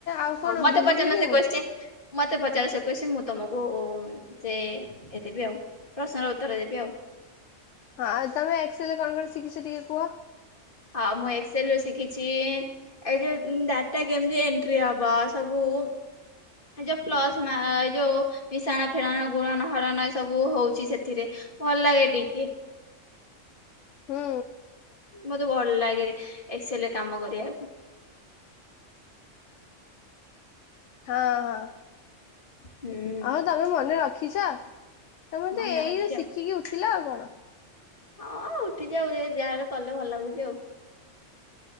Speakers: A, on the left (about 70°); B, on the left (about 40°).
A: ଆଉ କଣ
B: ହଉ ମତେ
A: ଭୁଲି
B: ପଚାରୁନ
A: ଯିବିନି
B: ସେ କୋଶ୍ଚିନ୍ ମତେ ପଚାର ସେ କ୍ୱେସ୍ଚିନ୍ ମୁଁ ତମକୁ ସେ ଏ ଦେବି ଆଉ ପ୍ରଶ୍ନର ଉତ୍ତର ଦେବି ଆଉ।
A: ହଁ ଆଉ ତମେ ଏକ୍ସେଲ୍ କଣ କଣ ଶିଖିଛ ଟିକେ କୁହ
B: ହଁ ମୁଁ ଏକ୍ସେଲ ରୁ ଶିଖିଛି ଏ ଯୋଉ ଡାଟା କେମିତି ଏଣ୍ଟ୍ରି ହବ ସବୁ ଏ ଯୋଉ ପ୍ଲସ୍ ମା ଏ ଯୋଉ ମିଶାଣ ଫେଣାଣ ଗୁଣଣ ହରଣ ସବୁ ହଉଛି ସେଥିରେ ଭଲ ଲାଗେ ଟିକେ।
A: ହୁଁ
B: ମତେ ଭଲ ଲାଗେ ଏକ୍ସେଲ୍ ରେ କାମ କରିବାକୁ।
A: ହଁ ହଁ
B: ହୁଁ
A: ଆଉ ତମେ ମନେ ରଖି ପିସା ତମେ
B: ମନେ
A: ତ ଏଇୟା
B: ଅଛି
A: ଶିଖିକି ଉଠିଲ ଆଉ କଣ?
B: ହଁ ଉଠିଛି ଆଉ ଏ ଯାହାରେ କଲେ ଭଲ ଲାଗୁଛି ଆଉ।